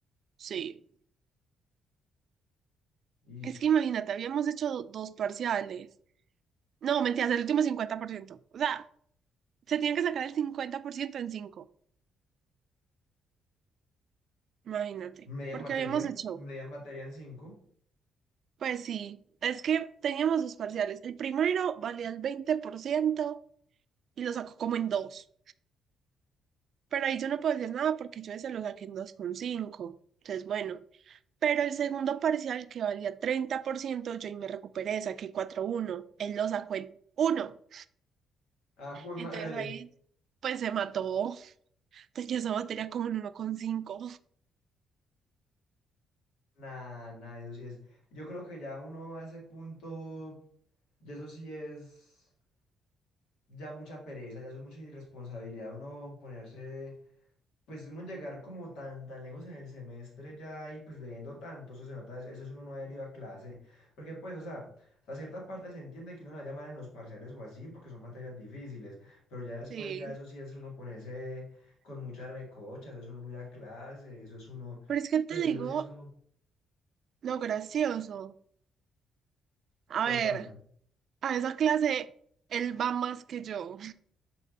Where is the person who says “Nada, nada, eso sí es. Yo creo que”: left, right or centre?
Left